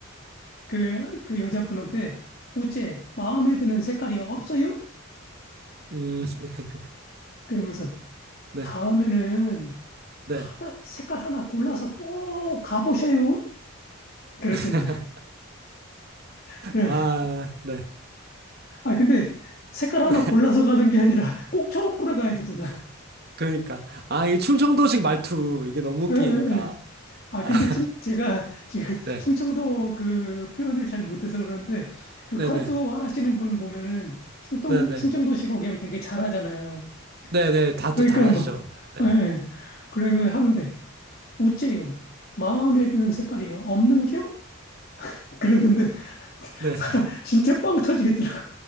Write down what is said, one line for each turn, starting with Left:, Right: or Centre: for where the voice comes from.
Left: 그, 그 여자분한테 우째 마음에 드는 색깔이 없어요?
Right: 음, <laughs>
Left: 그러면서
Right: 네,
Left: 다음에는
Right: 네,
Left: 하나, 색깔 하나 골라서 꼭 가보셔요. 그랬다는
Right: <laughs>
Left: 거야. 그래.
Right: 아, 네,
Left: 아, 근데 색깔
Right: <laughs>
Left: 하나
Right: 네.
Left: 골라서 가는 게 아니라 꼭 초록불에 가야 되잖아.
Right: 그러니까, 아, 이 충청도식 말투 이게
Left: <laughs>
Right: 너무 웃기니까.
Left: 예, 예, 예. 아,
Right: 아,
Left: 근데
Right: <laughs>
Left: 충, 제가 지금 <laughs>
Right: 네,
Left: 충청도 그 표현을 잘 못해서 그러는데 그
Right: 네,
Left: 컬투
Right: 네.
Left: 하시는 분 보면은 충청,
Right: 네네.
Left: 충청도식 억양 되게 잘하잖아요.
Right: 네네. 다,
Left: 그러니까
Right: 잘 하시죠.
Left: 막,
Right: 네.
Left: 예, 예. 그러면 하는데. 우째요. 마음에 드는 색깔이 없는겨? 그러는데 <laughs>
Right: 네.
Left: 사-
Right: <laughs>
Left: 진짜 빵 터지겠더라고.